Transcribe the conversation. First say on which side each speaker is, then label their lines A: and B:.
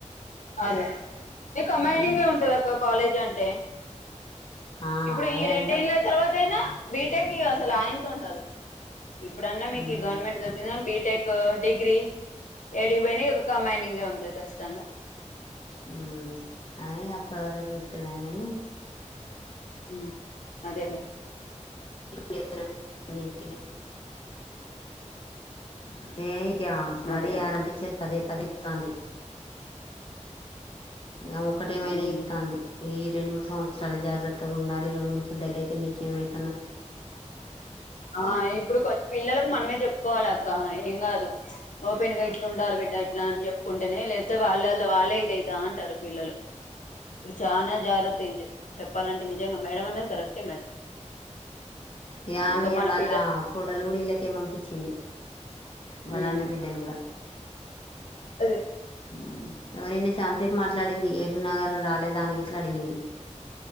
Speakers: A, on the left (about 85°); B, on the left (about 45°).
A: అదే ఏ కంబైడింగ్
B: ఉమ్,
A: ఏ ఉంటది అబ్బా కాలేజ్ అంటే
B: ఆ
A: ఇప్పుడు
B: అదే
A: ఈ రెండేళ్ళ
B: అంతా
A: తర్వాత అయినా బీటెక్ ఇగ అసలు అయెంత ఉండదు ఇప్పుడన్నా మీకు
B: ఉమ్
A: ఈ గవర్నమెంట్ దొరికినా బి టెక్ డిగ్రీ యాటికిపోయినా ఒక కంబైడింగ్ ఉంటది ఖచ్చితంగా
B: ఉ అ ఇగ అప్పుడు చుత్తా లే కానీ
A: ఉ అదేలే
B: <inaudible> చెత్త ఇగ <unintelligible>
A: అదే అదే
B: టీచర్ పదే పదే తాంది ఆమె ఒకటే మైనా
A: ఉమ్
B: చెప్తాంది ఈ రెండు మూడువత్సరాల జాగ్రత్తగా ఉండాలి రెండు <unintelligible> అయితే మీకే మేలు
A: ఆ ఇప్పుడు కొం పిల్లలకు మనమే చెప్పుకోవాలి ఏం కాదు ఓపెన్ గా ఇట్లా ఉండాలి బిడ్డ ఇట్లా అని చెప్పుకుంటేనే లేకపోతే వాళ్ళలో వాళ్ళే ఇదైతే టా అంటారు పిల్లలు ఇప్పుడు చాలా జాగ్రత్తాగా చెప్పాలంటే నిజంగా మేడం అన్నది కరెక్టే మరి
B: ఇ ఆమె
A: ఇంకా మన
B: వాళ్ళ
A: పిల్ల
B: కోడలు కూడా ఇళ్ళకే పంపించింది మరీ
A: ఉమ్
B: అన్న బిడ్డను కూడా
A: అదే
B: ఉ అవు నిన్న చానాసేపు మాట్లాడింది ఏటు నాగారం రాలేదానికి ఇట్లా అడిగింది